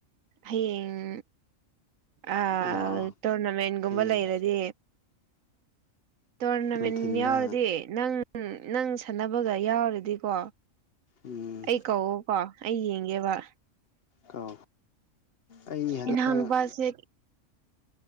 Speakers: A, on the right (about 80°); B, on the left (about 55°).
A: ꯍꯌꯦꯡ ꯑꯥ
B: ꯂꯥꯛꯑꯣ
A: ꯇꯣꯔꯅꯥꯃꯦꯟꯒꯨꯝꯕ
B: ꯍꯌꯦꯡ
A: ꯂꯩꯔꯗꯤ ꯇꯣꯔꯅꯥꯃꯦꯟ
B: ꯅꯨꯡꯊꯤꯟꯗ
A: ꯌꯥꯎꯔꯗꯤ ꯅꯪ ꯎꯝ ꯅꯪ ꯁꯥꯟꯅꯕꯒ ꯌꯥꯎꯔꯗꯤꯀꯣ
B: ꯎꯝ
A: ꯑꯩ ꯀꯧꯀꯣ ꯑꯩ ꯌꯦꯡꯉ ꯌꯦꯡꯒꯦꯕ
B: ꯀꯥꯎ ꯑꯩ ꯍꯟꯗꯛ
A: ꯏꯅꯥꯎꯅꯨꯄꯥꯁꯦ